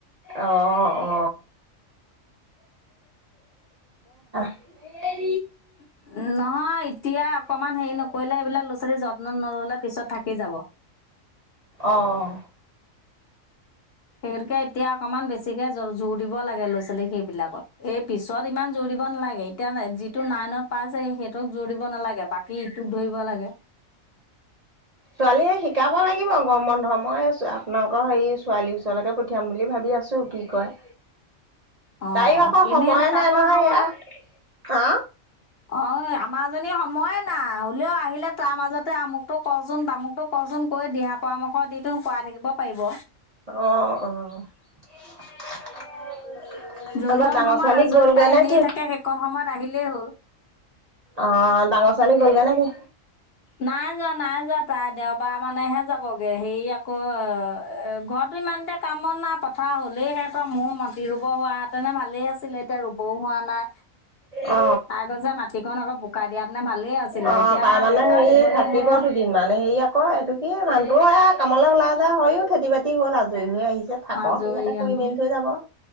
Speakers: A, on the right; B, on the left.
A: আহ অ <unintelligible>
B: <inaudible> নহয় এতিয়া অকমান হেৰি নকৰিলে, সেইবিলাক ল'ৰা ছোৱালীৰ যত্ন নললে পিছত থাকি যাব। <inaudible>
A: অহ।
B: সেইগতিকে এতিয়া অকমান বেছিকে জ-জোৰ দিব লাগে ল'ৰা ছোৱালীক সেইবিলাকত। এই পিছত ইমান জৰিব নালাগে, এতিয়া যিটো নাইনত পাইচেগে সেইটোক জৌৰিব নালাগে, বাকী ইটোক ধৰিব লাগে। <inaudible>
A: ছোৱালীহে শিকাব লাগিব গৰম বন্ধত, মই আপোনালোকৰ হেৰি ছোৱালী ওচৰকে পঠিয়াম বুলি ভাবি দিয়াছো কি কয়।
B: অ
A: তাইও আকৌ
B: এনেই
A: সময়ে
B: থকা
A: নাই
B: <unintelligible>
A: নহয় এয়া হা
B: অ আমাৰ জনী সময়ে নাই, হলেও আহিলে তাৰ মাজতে আমুকতটো কচোন তামুকটো কচোন কৰি দিহা পৰামৰ্শ দি তন কৰাই থাকিব পাৰিব।
A: অ', অ', <unintelligible>
B: যুনকোন
A: এইবাৰ ডাঙৰ
B: সময়
A: ছোৱালী
B: আজৰি
A: গ'লগে
B: পাই
A: নে
B: এনেই
A: কি?
B: থাকে, সেইকণ সময়ত আহিলেই হ'ল।
A: অ ডাঙৰ ছোৱালী গ'লগে নেকি?
B: নাই যোৱা নাই যোৱা তাই দেওবাৰ মানেহে যাবগে, হেৰি আকৌ ঘৰত ইমানতে কামত নাই <inaudible> কথা হ'লেই সিহঁতৰ মোৰ মাটি ৰুব হোৱাহেঁতেনে ভালেই আছিলে, এতিয়া ৰুবও হোৱা নাই।
A: অ
B: তাই কৈছে মাটিকণ আকৌ বোকা দিয়াহেঁতেনে ভালেই আছিলে
A: অ
B: এতিয়া
A: তাৰমানে
B: বোকা দিবলৈ
A: এই থাকিবতো
B: হে
A: দিন মানে সেয়া অ এইটো কি মানুহটো এয়া কামলৈ ওলাই যায় হয়ও খেতি বাতি হ'ল আজৰি হৈ আহি যে থাকক
B: আজৰি
A: ইয়াতে
B: আহো
A: কৰি মেল থৈ যাব।